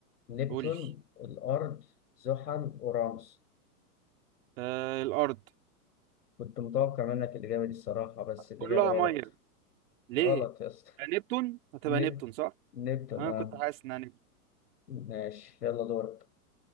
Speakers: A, on the left (about 85°); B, on the right (about 55°).
A: نبتون
B: قول لي
A: الأرض زحل أورانوس
B: آه الارض
A: كنت متوقع منك الإجابة دي الصراحة بس الإجابة
B: كلها
A: غلط
B: ميه ليه
A: غلط يا اسطى
B: نبتون هتبقى
A: نب
B: نبتون صح
A: نبتون
B: انا
A: اه
B: كنت حاسس انها نبتون
A: ماشي يلا دورك